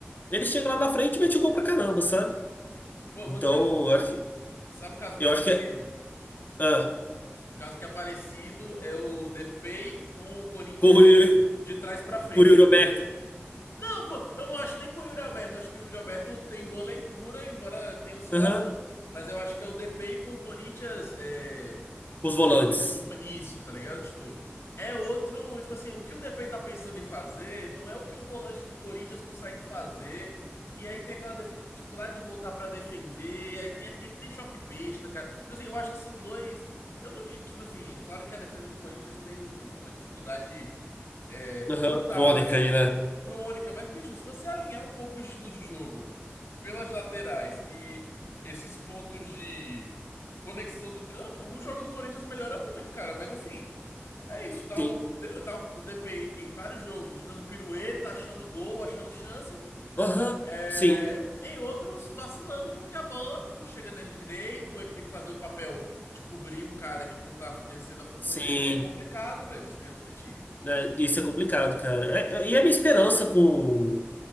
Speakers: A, on the left; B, on the left.
A: ele chega lá na frente e mete gol pra caramba, sabe?
B: sim. Pô, eu
A: Então,
B: vou dizer,
A: eu acho que,
B: sabe um caso que
A: eu
B: é parecido?
A: acho que, é. ah,
B: Um caso que é parecido é o Depay com o Corinthians
A: corro
B: de, de trás pra frente,
A: Por Yuri
B: entendeu?
A: Alberto.
B: Não, co- eu não acho nem com o Yuri Alberto. Acho que o Yuri Alberto tem boa leitura, embora tenha oscilação.
A: Aham.
B: Mas eu acho que é o Depay com o Corinthians é,
A: Com os volantes.
B: do- Isso, tá ligado? Tipo, é outro. Tipo assim, o que o DP tá pensando em fazer não é o que o volante do Corinthians consegue fazer. E aí tem aquela difi- dificuldade de voltar pra defender. e Aí tem aquele. Tem choque besta, cara. Tipo assim, eu acho que são dois. Eu não. di- Tipo assim, é claro que a defesa do Corinthians tem um- uma dificuldade é,
A: Aham.
B: brutal,
A: Crônica
B: mas
A: aí, né?
B: crônica, mas, bicho, se você alinhar um pouco o estilo de jogo pelas laterais e esses pontos de conexão do campo, o jogo do Corinthians melhora muito, cara. Mas assim, é isso. Tá
A: Sim.
B: o, D- tá o DPI em vários jogos dando pirueta, achando gol, achando chance.
A: Aham.
B: É,
A: Sim.
B: em outros, vacilando porque a bola não chega nele direito, ele tem que fazer o papel de cobrir um cara que não tá exercendo a função
A: Sim.
B: dele. É complicado, velho, isso dentro de time.
A: Né, Isso é complicado, cara. É- é- e a minha esperança com